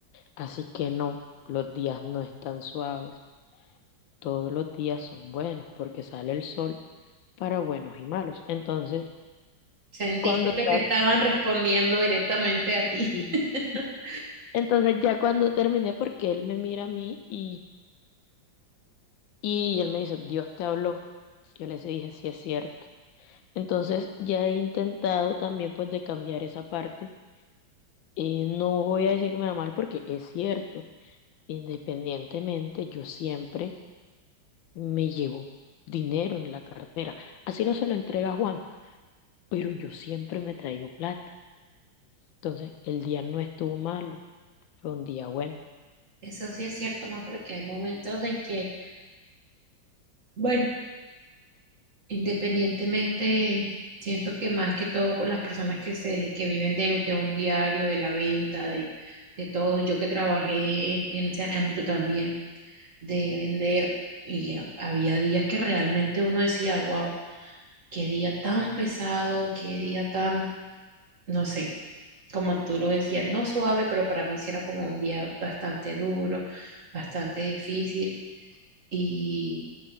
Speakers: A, on the left; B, on the right.
A: así que no, los días no están suaves, todos los días son buenos porque sale el sol para buenos y malos. Entonces,
B: Sentiste
A: cuando ya,
B: que te estaban respondiendo directamente a ti.
A: sí,
B: <laughs>
A: entonces ya cuando terminé, porque él me mira a mí y, y él me dice, Dios te habló. Yo les dije, sí es cierto. Entonces ya he intentado también pues de cambiar esa parte Y no voy a decir que me va mal porque es cierto, independientemente, yo siempre me llevo dinero en la cartera. Así no se lo entrega a Juan, pero yo siempre me traigo plata. Entonces, el día no estuvo malo, fue un día bueno.
B: Eso sí es cierto, amor, porque hay momentos en que, bueno, independientemente, siento que más que todo con las personas que se, que viven de, de un diario, de la venta, de, de todo, yo que trabajé en, en ese ámbito también de vender, y había días que realmente uno decía, wow, qué día tan pesado, qué día tan, no sé, como tú lo decías, no suave, pero para mí sí era como un día bastante duro, bastante difícil y,